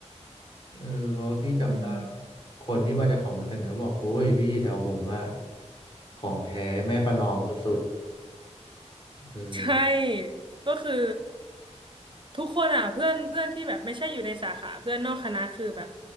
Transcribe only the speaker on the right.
อืม
ใช่ก็คือทุกคนอ่ะเพื่อนเพื่อนที่แบบไม่ใช่อยู่ในสาขาเพื่อนนอกคณะคือแบบ